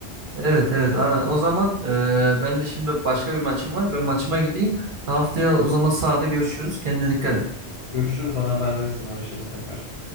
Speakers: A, on the right; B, on the left.
A: Evet evet Aa, o zaman e, ben de şimdi başka bir maçım var. Ben maçıma gideyim. Haftaya o zaman sahada görüşürüz. Kendine dikkat et.
B: Görüşürüz bana haber verirsin araşırız tekrar.